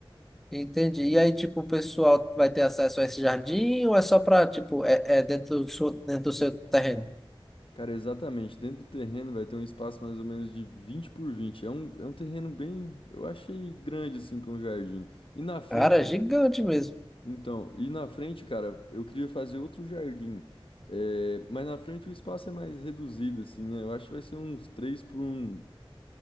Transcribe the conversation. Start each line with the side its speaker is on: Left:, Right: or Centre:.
Centre: Entendi. E aí, tipo, o pessoal vai ter acesso a esse jardim ou é só pra, tipo, é, é dentro do seu, dentro do seu terreno?
Left: Cara, exatamente, dentro do terreno vai ter um espaço mais ou menos de vinte por vinte É um, é um terreno bem, eu achei grande assim para um jardim. E na frente
Centre: Cara, é gigante mesmo.
Left: Então, e na frente, cara, eu queria fazer outro jardim. É, mas na frente o espaço é mais reduzido, assim, né? Eu acho que vai ser uns 3 por um,